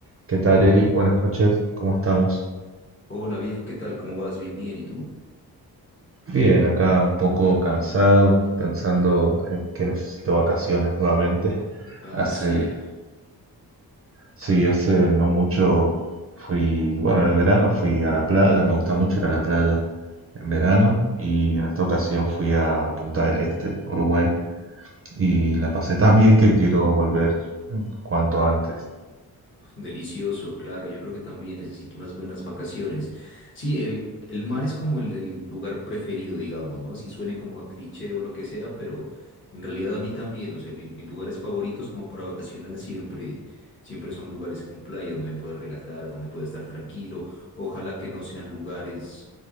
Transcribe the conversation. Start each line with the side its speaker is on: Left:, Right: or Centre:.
Right: ¿Qué tal, Eric? Buenas noches, ¿cómo estamos?
Left: Hola viejo, ¿qué tal? ¿Cómo vas? Bien, bien. ¿Y tú?
Right: Bien, acá un poco cansado, pensando en que necesito vacaciones nuevamente. <laughs>
Left: Ah,
Right: Hace,
Left: sí,
Right: sí, hace no mucho fui, bueno, en el verano fui a la playa, me gusta mucho ir a la playa en verano y en esta ocasión fui a Punta del Este, Uruguay, y la pasé tan bien que quiero volver cuanto antes.
Left: delicioso, claro. Yo creo que también necesito unas buenas vacaciones. Sí, el, el mar es como el, el lugar preferido, digamos, ¿no? Así suene como a cliché o lo que sea, pero en realidad a mí también, o sea, mi- mis lugares favoritos como para vacacionar siempre, siempre son lugares con playa donde me pueda relajar, donde pueda estar tranquilo. Ojalá que no sean lugares